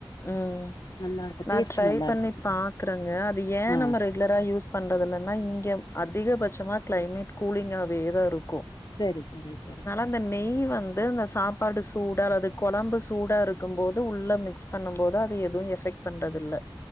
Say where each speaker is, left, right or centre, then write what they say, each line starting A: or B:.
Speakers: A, on the left; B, on the left.
A: ம்
B: நல்லா இருக்கு
A: நா
B: டேஸ்ட்
A: ட்ரை
B: நல்லா
A: பண்ணி
B: இருக்கு
A: பாக்றங்க அது ஏ
B: ஆ
A: நம்ம ரெகுலரா யூஸ் பண்றதில்லன்னா இங்க அதிகபட்சமா க்ளைமேட் கூலிங்காவேதாருக்கு
B: செரி செரி செரி
A: இந்த நெய் வந்து இந்த சாப்பாடு சூடா அல்லது கொழம்பு சூடாருக்கும்போது உள்ள மிக்ஸ் பண்ணம்போது அது எதுவு எஃபெக்ட் பண்றதில்ல